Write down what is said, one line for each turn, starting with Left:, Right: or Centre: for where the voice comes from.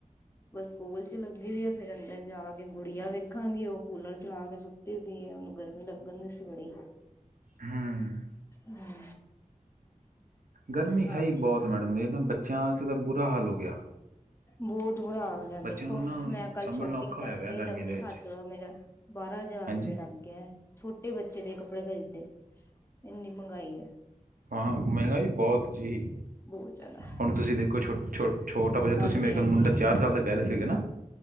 Left: ਬਸ ਸਕੂਲ ਚ ਲੱਗੀ ਰੀ ਆ ਫਿਰ ਅੰਦਰ ਜਾ ਕੇ ਗੁੜੀਆਂ ਵੇਖਾਂਗੇ ਉਹ ਕੂਲਰ ਚਲਾ ਕੇ ਸੁੱਤੀ ਦੀ ਉਹਨੂੰ ਗਰਮੀ ਲੱਗਣ ਦੀ ਸੀ <unintelligible>
Right: ਹਮ
Left: ਹਮ
Right: ਗਰਮੀ ਹੈ
Left: ਹਾਂਜੀ
Right: ਹੀ ਬਹੁਤ ਮੈਡਮ ਇਹ ਨਾ ਬੱਚਿਆਂ ਵਾਸਤੇ ਤਾਂ ਬੁਰਾ ਹਾਲ ਹੋ ਗਿਆ।
Left: ਬਹੁਤ ਬੁਰਾ ਹਾਲ ਐ
Right: ਬੱਚਿਆਂ
Left: ਦੇਖੋ
Right: ਨੂੰ ਨਾ ਹੁਣ
Left: ਮੈਂ ਕੱਲ
Right: ਸੰਭਲਣਾ
Left: ਸ਼ੋਪਿੰਗ
Right: ਔਖਾ
Left: ਕਰਾਂਗੇ
Right: ਹੋਇਆ ਪਿਆ ਗਰਮੀ
Left: ਲੱਗਦੇ
Right: ਦੇ ਵਿੱਚ
Left: ਹੱਥ ਮੇਰਾ ਬਾਰਾਂ ਹਜ਼ਾਰ
Right: ਹਾਂਜੀ
Left: ਰੁਪਏ, ਅਲੱਗ ਹੈ ਛੋਟੇ ਬੱਚੇ ਦੇ ਕੱਪੜੇ ਖਰੀਦੇ ਇੰਨੀ ਮਹਿੰਗਾਈ ਹੈ।
Right: ਹਾਂ ਮਹਿੰਗਾਈ ਬਹੁਤ ਜੀ
Left: ਬਹੁਤ ਜ਼ਿਆਦਾ
Right: ਹੁਣ ਤੁਸੀਂ ਦੇਖੋ ਛੋ ਛੋ ਛੋਟੈ, ਅੱਛਾ
Left: ਹਾਂਜੀ
Right: ਤੁਸੀਂ ਰੇਲ
Left: ਹਾਂਜੀ
Right: ਮੁੰਡਾ ਚਾਰ ਸਾਲ ਕਹਿ ਰਹੇ ਸੀਗੇ ਨਾ,